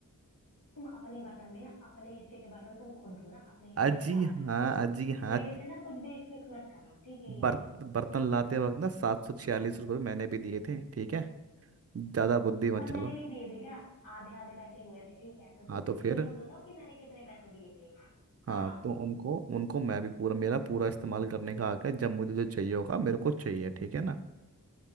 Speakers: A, on the left; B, on the right.
A: तुम अपने बर्तन भी ना अपने हिस्से के बर्तन तुम खुद धो ना अपने हिस्से
B: अजी
A: का सारा
B: हाँ
A: खाना भी बना
B: अजी हाँ
A: मेरे से ना कुछ भी एक्सपेक्ट मत करना ठीक है कि
B: बर्त,
A: नहीं
B: बर्तन लाते वक्त ना सात सौ छियालीस रुपये मैंने भी दिए थे ठीक है ज्यादा बुद्धि
A: और
B: मत
A: मैंने
B: चलो
A: नहीं दिए थे क्या आधे आधे पैसे हुए थे ठीक है तो
B: हाँ
A: तुम
B: तो फिर
A: ये मत बताओ कि मैंने कितने पैसे दिए थे
B: हाँ
A: हाँ
B: तो उनको उनको मैं भी पूरा मेरा पूरा इस्तेमाल करने का हक है जब मुझे जो चाहिए होगा मेरे को चाहिए ठीक है ना